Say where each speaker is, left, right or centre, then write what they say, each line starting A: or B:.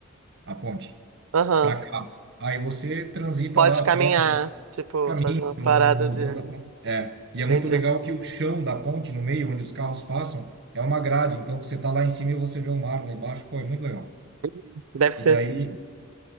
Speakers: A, on the right; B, on the right.
A: a ponte
B: aham.
A: para carro. Aí você transita
B: Pode
A: lá a
B: caminhar,
A: pé
B: tipo,
A: caminho
B: fazer uma parada
A: no, no, no
B: de.
A: vão da ponte. É, e é
B: Entendi.
A: muito legal que o chão da ponte, no meio, onde os carros passam, é uma grade. Então você tá lá em cima e você vê o mar lá embaixo. Pô, é muito legal.
B: Uhum. Deve ser.
A: E daí,